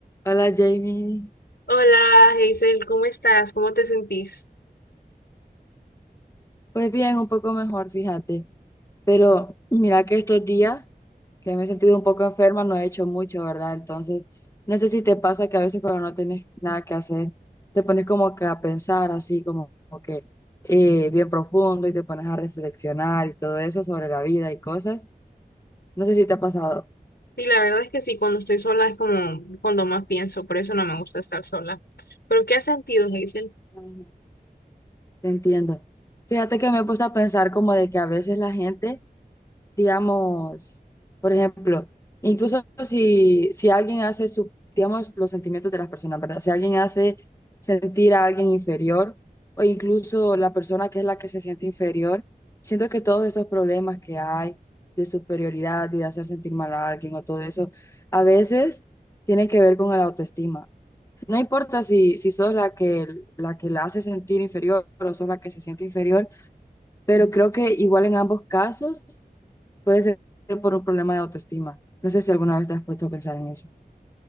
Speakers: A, on the left; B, on the left.
A: Hola Jamie.
B: Hola, Hazel, ¿cómo estás? ¿Cómo te sentís?
A: Pues bien, un poco mejor, fíjate. Pero mira que estos días que me he sentido un poco enferma, no he hecho mucho, ¿verdad? Entonces, no sé si te pasa que a veces cuando no tienes nada que hacer, te pones como que a pensar así, como, como que eh, bien profundo y te pones a reflexionar y todo eso sobre la vida y cosas. No sé si te ha pasado.
B: Sí, la verdad es que sí, cuando estoy sola es como cuando más pienso, por eso no me gusta estar sola. ¿Pero qué has sentido, Hazel?
A: Ujú. Te entiendo. Fíjate que me he puesto a pensar como de que a veces la gente digamos, por ejemplo, incluso si, si alguien hace, su, digamos, los sentimientos de las personas, ¿verdad? Si alguien hace sentir a alguien inferior o incluso la persona que es la que se siente inferior, siento que todos esos problemas que hay de superioridad y de hacer sentir mal a alguien o todo eso, a veces tienen que ver con la autoestima. No importa si, si sos la que, la que la hace sentir inferior o sos la que se siente inferior, pero creo que igual en ambos casos puede ser por un problema de autoestima. No sé si alguna vez te has puesto a pensar en eso.